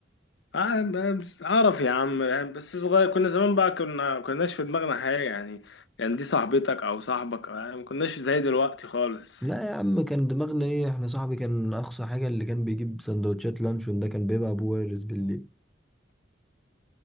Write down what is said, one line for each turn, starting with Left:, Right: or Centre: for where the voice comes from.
Left: اه، بس- اعرف يا عم يعني بس صغير كنا زمان بقى كنا كناش في دماغنا حاجة يعني يعني دي صاحبتك او صاحبك يعني ما كناش زي دلوقتي خالص
Centre: لا يا عم كان دماغنا ايه احنا صاحبي كان اقصى حاجة اللي كان بيجيب سندوتشات لانشون ده كان بيبقى ابو وارز بالليل